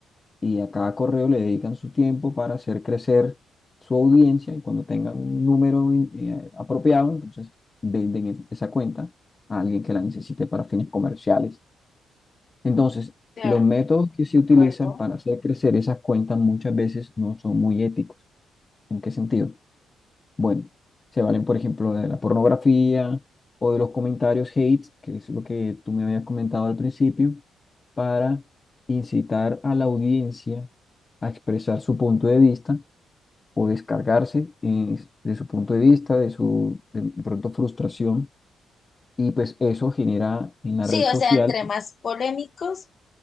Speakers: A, on the left; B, on the left.
A: y a cada correo le dedican su tiempo para hacer crecer su audiencia y cuando tengan un número eh, apropiado, entonces venden es- esa cuenta a alguien que la necesite para fines comerciales entonces,
B: de
A: los métodos que se utilizan
B: acuerdo.
A: para hacer crecer esas cuentas muchas veces no son muy éticos. ¿En qué sentido? Bueno, se valen, por ejemplo, de la pornografía o de los comentarios hate, que es lo que tú me habías comentado al principio, para incitar a la audiencia a expresar su punto de vista o descargarse eh, de su punto de vista, de su de pronto frustración. Y pues eso genera en la
B: Sí,
A: red social
B: o sea, entre más polémicos,